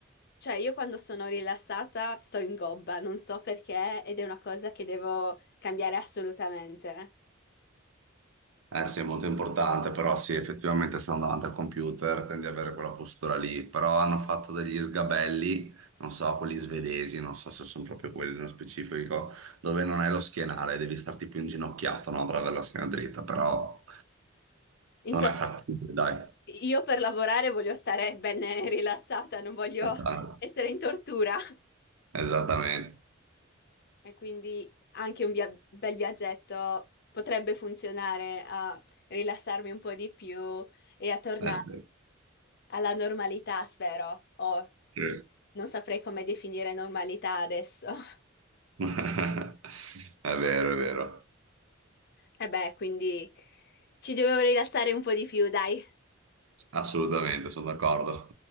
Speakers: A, on the left; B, on the right.
A: Cioè, io quando sono rilassata sto in gobba, non so perché, ed è una cosa che devo cambiare assolutamente.
B: Eh sì, è molto importante, però sì, effettivamente stando davanti al computer tendi ad avere quella postura lì, però hanno fatto degli sgabelli, non so, quelli svedesi, non so se sono proprio quelli nello specifico, dove non hai lo schienale, devi starti più inginocchiato, no, per avere la schiena dritta, però
A: Insomma.
B: non è fattibile, dai.
A: Io per lavorare voglio stare ben rilassata, non voglio
B: Esatto.
A: essere in tortura
B: Esattamente.
A: e quindi anche un via- bel viaggetto potrebbe funzionare a rilassarmi un po' di più e a tornare
B: Eh sì.
A: alla normalità, spero, o
B: Sì.
A: non saprei come definire normalità adesso. <laughs>
B: <laughs> È vero, è vero,
A: E beh, quindi ci devo rilassare un po' di più, dai.
B: assolutamente, sono d'accordo.